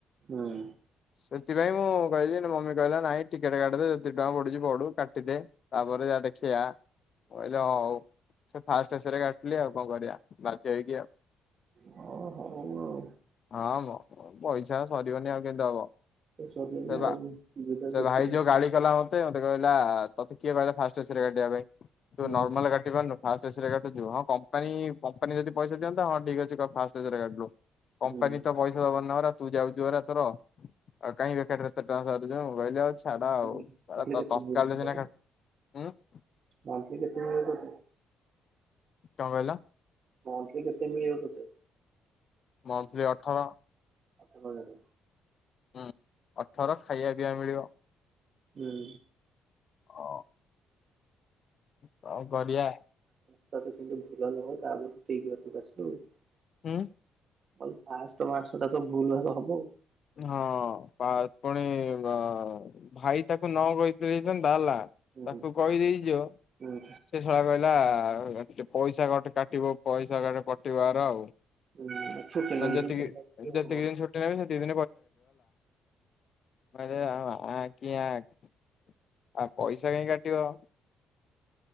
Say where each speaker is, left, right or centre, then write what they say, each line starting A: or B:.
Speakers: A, on the right; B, on the left.
A: ହଁ।
B: ସେଥିପାଇଁ ମୁଁ କହିଲି ମମି କହିଲା ନାଇଁ ଟିକେଟ କାଟିଦେ ଯେତିକି ଟଙ୍କା ପଡୁଛି ପଡୁ କାଟିଦେ ତାପରେ। ଦେଖିଆ କହିଲ ହଁ ହଉ ସେ ଫାଷ୍ଟ ଶେଷରେ କାଟିଲି ଆଉ କଣ କରିବା ବାଧ୍ୟ ହେଇକି ଆଉ।
A: ହଁ ହଉ ଆଉ।
B: ହଁ ମ ପଇସା ସରିବନି ଆଉ କେମିତି ହବ। ସେପା
A: ତ ସରିଗଲା ଆଉ। ସୁବିଧା
B: ସେ
A: ଦେଖିଲୁ।
B: ଭାଇ ଯୋଉ ଗାଳି କଲା ମତେ ସେ କହିଲା ତତେ କିଏ କହିଲା ଫାଷ୍ଟ ଏସିରେ କାଟିବା ପାଇଁ ତୁ
A: ହୁଁ,
B: ନର୍ମାଲରେ କରିପାରୁନୁ ଫାଷ୍ଟ ଏସି ରେ କାଟୁଚୁ। ହଁ କମ୍ପାନୀ କମ୍ପାନୀ ଯଦି ପଇସା ଦିଅନ୍ତା ହଁ ଠିକ ଅଛି କ ଫାଷ୍ଟ ଗାଡ଼ି। କମ୍ପାନୀ
A: ହୁଁ।
B: ତ ପଇସା ଦବନିନା ପରା ତୁ ଯାଉଛୁ ପରା ତୋର ଆଉ କାଇଁ ବେକାରଟାରେ ଏତେ ଟଙ୍କା ସାରୁଛୁ ମୋବାଇଲ। ତ ଛାଡ
A: ମନ୍ଥଲି
B: ଆଉ ବାଳ ତତ୍କାଳରେ
A: କେତେ ମିଳେ ତୋତେ?
B: ସିନା କରିଥା
A: ମନ୍ଥଲି କେତେ ମିଳୁଛି।
B: କଣ କହିଲ।
A: ମନ୍ଥଲୀ କେତେ ମିଳୁଛି?
B: ମନ୍ଥଲି ଅଠର।
A: ଆପ ବରେ
B: ହୁଁ ଅଠର ଖାଇବା ପିଇବା ମିଳିବ।
A: ହୁଁ
B: ଅ କଣ କରିବା।
A: <unintelligible> ତମ ମାସଟା ତ ଭୁଲ
B: ହୁଁ
A: ଭାଲ ହବ ଆଉ।
B: ହଁ ପା ପୁଣି ଭାଇ ତାକୁ ନ କହିଥିଲେ ହେଇଥାନ୍ତା ହେଲା।
A: ହୁଁ
B: ତାକୁ କହିଦେଇଚ
A: ହୁଁ
B: ସେ ଶଳା କହିଲା ଆ ପଇସା କଟି କାଟିବ ପଇସା କଟିବ ୟାର ଆଉ।
A: ହୁଁ ସେକେଣ୍ଡରେ
B: ମାନେ ଯେତିକି
A: ଯୋଉ ପଇସା ଆସିବ
B: ଯେତିକି
A: ହୁଁ
B: ଦିନ ଛୁଟି ନେବି ହେ ଆ! !!!!!!!!! ପଇସା କାଇଁ କାଟିିବ?